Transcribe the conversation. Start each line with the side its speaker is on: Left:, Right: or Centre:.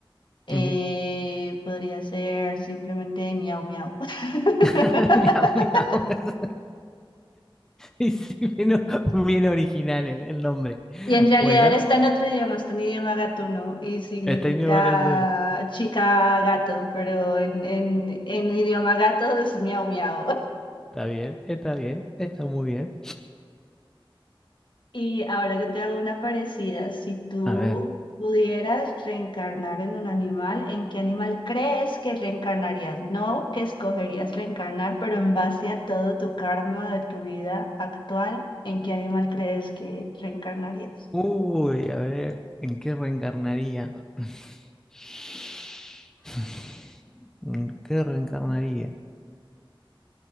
Left: eh,
Centre: Ujú.
Left: podría ser simplemente miau miau. <laughs>
Centre: <laughs> Miau, miau. <laughs> Sí, sí, bien, bien original el, el nombre.
Left: Y en realidad
Centre: Bueno,
Left: está en otro idioma, está en idioma gatuno y significa
Centre: está en idioma kanzuro.
Left: chica gato, pero en, en, en idioma gato es miau miau.
Centre: Está bien, está bien, está muy bien.
Left: Y ahora yo te hago una parecida. Si tú
Centre: A ver.
Left: pudieras reencarnar en un animal, ¿en qué animal crees que reencarnarías? No que escogerías reencarnar, pero en base a todo tu karma de tu vida actual, ¿en qué animal crees que reencarnarías?
Centre: Uy, a ver, ¿en qué reencarnaría? <laughs> <sighs> ¿En qué reencarnaría?